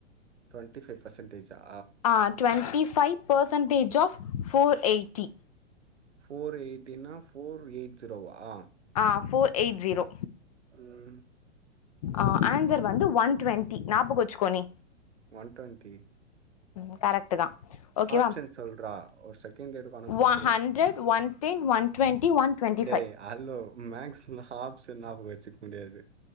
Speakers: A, on the right; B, on the left.
A: ட்வண்டிஃபைவ் பெர்சன்டேஜா
B: ஆ twenty five percentage of four eighty
A: four எய்ட்டினா ஃபோர் எய்ட் ஜீரோவா
B: ஆ ஃபோர் எய்ட் ஜீரோ
A: ம்
B: ஆ ஆன்சர் வந்து ஒன் ட்வெண்டி நாபகம் வச்சுக்கோ நீ
A: ஒன் டுவெண்ட்டி
B: ம் கரெக்ட் தா ஓகேவா
A: ஆப்ஷன் சொல்றா ஒரு செகண்ட் எடுக்கு ஆனா சொல்ருவே
B: ஒ hundred one ten one twenty one twenty
A: டேய்
B: five
A: அலோ மேக்ஸ்னா ஆப்ஷன் நாபகோ வச்சுக்க முடியாது